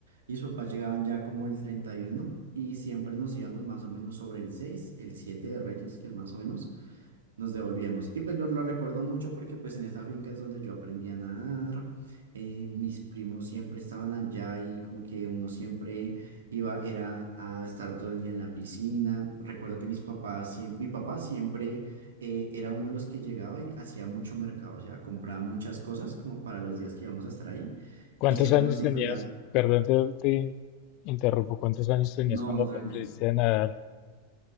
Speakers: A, on the right (about 65°); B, on the left (about 40°).
A: Y mis papás llegaban ya como el treinta y uno y siempre nos íbamos más o menos sobre el 6 el 7 de Reyes, que es más o menos. Nos devolvíamos. Y pues lo, lo recuerdo mucho porque pues en esta finca es donde yo aprendí a nadar. eh, mis primos siempre estaban allá y como que uno siempre iba, era a estar todo el día en la piscina. Recuerdo que mis papás, siem- mi papá siempre eh, era uno de los que llegaba y hacía mucho mercado, o sea, compraba muchas cosas como para los días que íbamos a estar ahí.
B: ¿Cuántos
A: Y siempre
B: años
A: nos
B: tenías?
A: incluía,
B: Perdón, te, te interrumpo. ¿Cuántos años tenías
A: no,
B: cuando
A: tranqui,
B: aprendiste a nadar?